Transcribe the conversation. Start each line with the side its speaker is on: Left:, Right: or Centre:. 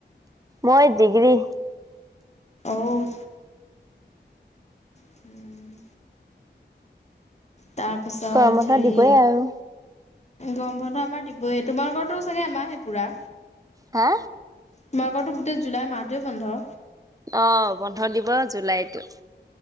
Right: মই দিগ্ৰী।
Left: অ'। হম্। তাৰপাছত
Right: গৰম বন্ধ
Left: হেৰি।
Right: দিবই আৰু
Left: গম বন্ধ আমাৰ দিবই তোমালোকৰতো চাগে এমাহে পোৰা।
Right: হা
Left: তোমাৰ বাৰুটো গোটেই জুলাই মাহটোৱে বন্ধ।
Right: অ বন্ধ দিব জুলাইতো।